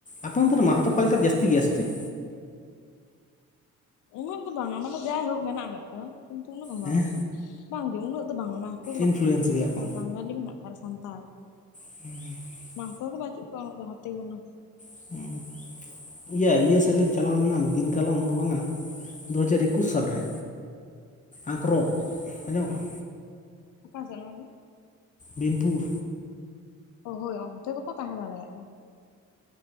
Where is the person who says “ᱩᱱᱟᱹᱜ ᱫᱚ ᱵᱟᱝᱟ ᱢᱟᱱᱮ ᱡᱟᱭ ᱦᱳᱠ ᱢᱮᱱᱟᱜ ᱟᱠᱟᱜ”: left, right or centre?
Left